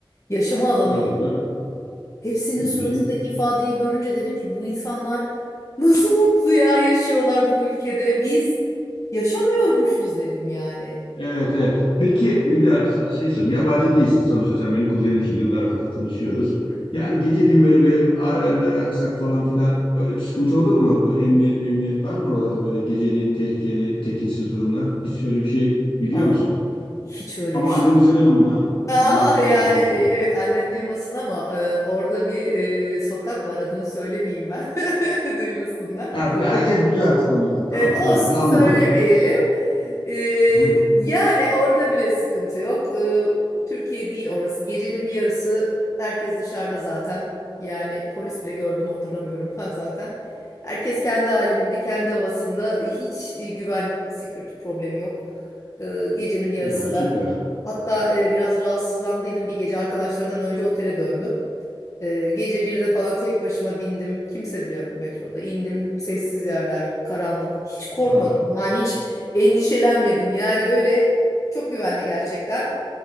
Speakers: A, on the left; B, on the left.
A: yaşama alanı
B: Anladım.
A: gibi. Hepsinin
B: Hı
A: suratındaki
B: hı.
A: ifadeyi görünce dedim ki bu insanlar nasıl mutlu ya yaşıyorlar bu ülkede biz yaşamıyormuşuz dedim yani.
B: Evet, evet. Peki Hülya sana şey sorayım. Yabancı değilsin sonuçta sen benim kuzenimsin. Yıllardır da tanışıyoruz. Yani geceliğin böyle bir alemlere aksak falan filan böyle bir sıkıntı olur mu? Emniyet memniyet var mı oralarda böyle geceliğin tehlikeli, tekinsiz durumlar? Hiç öyle bir şey biliyor
A: Abi
B: musun?
A: hiç öyle
B: Ama
A: bir
B: anneme
A: şey yok.
B: söyleme
A: <laughs>
B: bunu ha.
A: Aa,
B: Anneme söyleme
A: yani
B: onu da
A: e,
B: söyle.
A: evet annen duymasın ama e, orada bir e, sokak var adını söylemeyeyim ben <laughs> duymasınlar.
B: Ha, bu- herkes biliyor artık onu. da. Tamam
A: E, olsun
B: tamam anladım.
A: söylemeyelim. E,
B: Hı,
A: yani orada bile sıkıntı yok. E, Türkiye değil orası. Gecenin bir yarısı herkes dışarıda zaten. Yani polis bile gördüm hatırlamıyorum <laughs> ben zaten. Herkes kendi haliminde kendi havasında. Hiç e, güvenlik, security problemi yok. E, gecenin bir yarısı
B: ha, süper.
A: ben hatta e, biraz rahatsızlandıydım bir gece arkadaşlardan önce otele döndüm. Ee, gece 1'de falan tek başıma bindim. Kimse bile yoktu metroda. İndim sessiz yerler, karanlık. Hiç korkmadım.
B: Ha,
A: Yani hiç endişelenmedim. Yani öyle çok güvenli gerçekten.